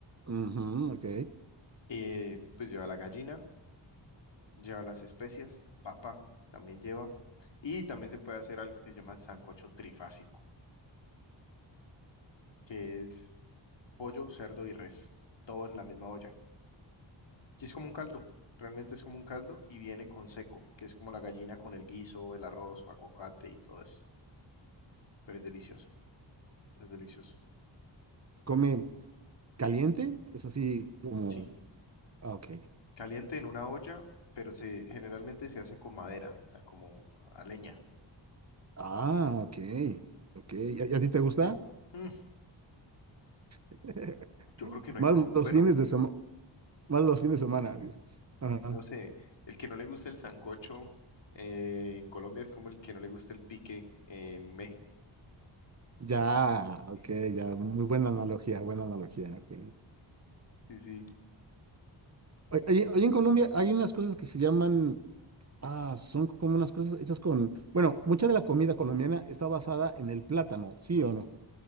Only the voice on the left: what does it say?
Eh, pues lleva la gallina, lleva las especias, papa también lleva, y también se puede hacer algo que se llama sancocho trifásico, que es pollo, cerdo y res, todo en la misma olla. Sí, es como un caldo, realmente es como un caldo y viene con seco, que es como la gallina con el guiso, el arroz, aguacate y todo eso. Pero es delicioso, es delicioso.
Sí.
Caliente en una olla, pero se, generalmente se hace con madera, o sea, como a leña.
Mm,
yo creo que no
hay Colombia,
bueno,
no sé, el que no le gusta el sancocho eh, en Colombia es como el que no le gusta el pique en México.
<laughs>
Sí, sí,